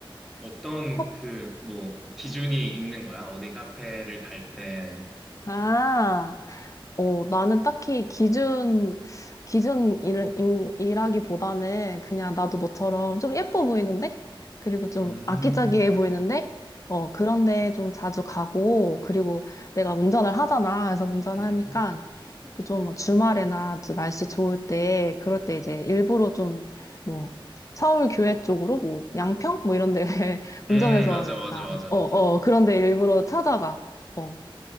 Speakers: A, in the centre; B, on the left.
A: 어떤
B: 커
A: 그 뭐 기준이 있는 거야? 어디 카페를 갈 때.
B: 아. 어, 나는 딱히 기준, 기준 일, 인- 일하기보다는 그냥 나도 너처럼 좀 예뻐 보이는데? 그리고 좀
A: 음,
B: 아기자기해 보이는데? 어, 그런데 좀 자주 가고, 그리고 내가 운전을 하잖아. 그래서 운전하니까
A: 음,
B: 좀막 주말에나 좀 날씨 좋을 때, 그럴 때 이제 일부러 좀 뭐, 서울 교외 쪽으로 뭐, 양평? 뭐 이런 데 <laughs> 운전해서
A: 음, 맞아,
B: 약간,
A: 맞아, 맞아,
B: 어,
A: 맞아.
B: 어, 그런 데 일부러 찾아가. 어.